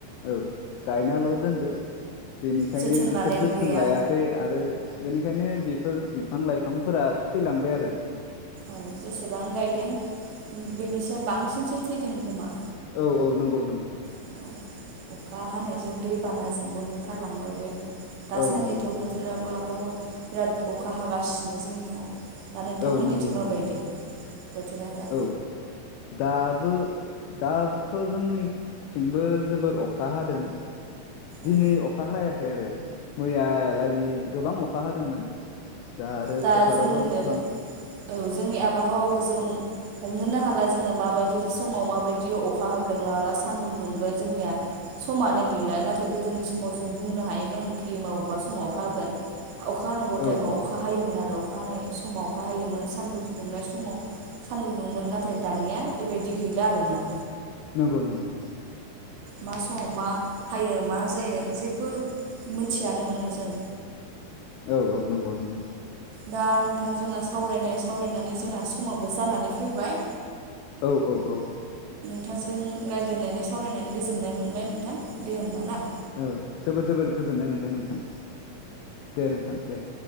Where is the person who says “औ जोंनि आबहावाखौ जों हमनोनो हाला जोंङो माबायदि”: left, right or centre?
Right